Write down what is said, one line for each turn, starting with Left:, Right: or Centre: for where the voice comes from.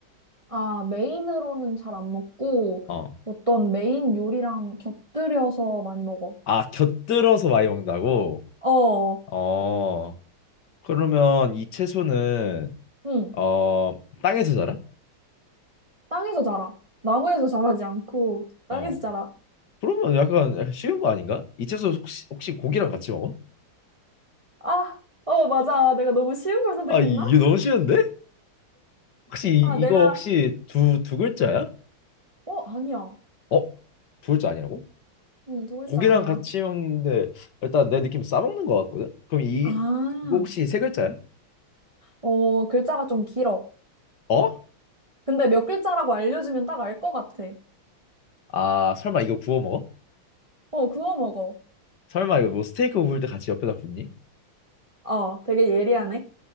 Right: 아, 메인으로는 잘 안 먹고,
Left: 어.
Right: 어떤 메인 요리랑 곁들여서 많이 먹어.
Left: 아, 곁들여서 많이 먹는다고?
Right: 어,
Left: 어. 그러면 이 채소는
Right: 응.
Left: 어, 땅에서 자라?
Right: 땅에서 자라. 나무에서 자라지 않고, 땅에서
Left: 어.
Right: 자라.
Left: 그러면 약간, 약간 쉬운 거 아닌가? 이 채소 혹시 혹시 고기랑 같이 먹어?
Right: 아, 어, 맞아. 내가 너무 쉬운 걸 선택했나?
Left: 아, 이- 이거 너무 쉬운데? 혹시 이,
Right: 아, 내가,
Left: 이거 혹시 두 두 글자야?
Right: 어, 아니야.
Left: 어? 두 글자 아니라고?
Right: 응, 두 글자
Left: 고기랑
Right: 아니야.
Left: 같이 먹는데 일단 내 느낌 싸먹는 거 같거든? 그럼 이
Right: 아,
Left: 이거 혹시 세 글자야?
Right: 어, 글자가 좀 길어.
Left: 어?
Right: 근데 몇 글자라고 알려주면 딱 알 것 같아.
Left: 아, 설마 이거 구워 먹어?
Right: 어, 구워 먹어.
Left: 설마 이거 뭐 스테이크 구울 때 같이 옆에다 굽니?
Right: 어, 되게 예리하네.